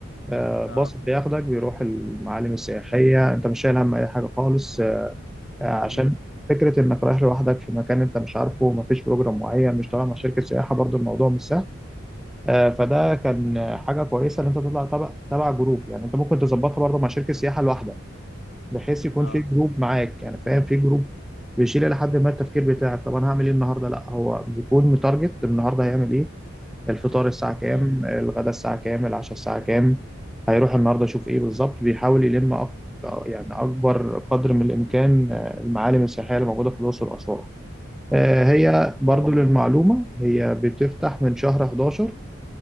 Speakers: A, in the centre; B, on the left.
A: آه
B: اه
A: باص بياخدك بيروح المعالم السياحيه انت مش شايل هم اي حاجه خالص آه عشان
B: امم
A: فكره انك رايح لوحدك في مكان انت مش عارفه ما فيش بروجرام معين مش طالع مع شركه سياحه برضو الموضوع مش سهل آه فده كان حاجه كويسه ان انت تطلع تبع تبع جروب يعني انت ممكن تظبطها برضو مع شركه سياحه لوحدك بحيث يكون
B: اه
A: في جروب معاك يعني فاهم في جروب بيشيل لحد ما التفكير بتاعك طب انا هعمل ايه النهارده لا هو بيكون متارجت النهارده هيعمل ايه الفطار الساعه كام
B: امم
A: الغداء الساعه كام العشاء الساعه كام هيروح النهارده يشوف ايه بالظبط بيحاول يلم أك... يعني اكبر قدر من الامكان آه، المعالم السياحيه اللي موجوده في الاقصر واسوان آه، هي
B: أمم.
A: برضو
B: هو
A: للمعلومه هي بتفتح من شهر 11